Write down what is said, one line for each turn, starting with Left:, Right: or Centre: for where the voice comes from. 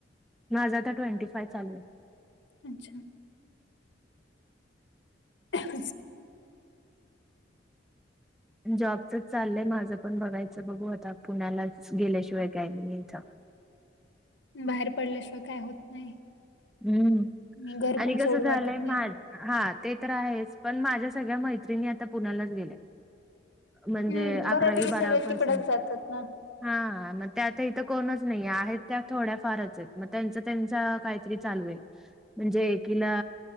Centre: माझा आ ट्वेंटी फायव चालू आहे.
Left: अच्छा ह
Centre: जॉबचच चालय माझं पण बघायचं बघू आता पुण्यालाच गेल्याशिवाय काय नाही इथं
Left: बाहेर पडल्याशिवाय काय होत नाही
Centre: हम्म.
Left: आणि घर पण
Centre: कसं
Left: सोड
Centre: झालंय
Left: वाटत नाही.
Centre: माझ हा ते तर आहेच पण माझ्या सगळ्या मैत्रिणी आता पुण्यालाच गेल्या म्हणजे
Left: हम्म
Centre: अकरावी
Left: बऱ्यापैकी
Centre: बारावी
Left: सगळे
Centre: पर्सेंट
Left: तिकडच जातात ना.
Centre: हा मग त्या आता इथं कोणच नाही आहेत त्या थोड्या फारच आहेत म. त्यांच त्यांचा काहीतरी चालू आहे म्हणजे एकीला